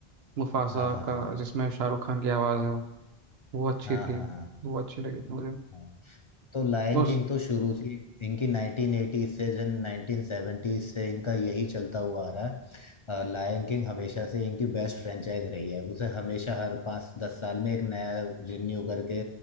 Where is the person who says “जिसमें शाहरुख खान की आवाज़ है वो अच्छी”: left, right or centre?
Right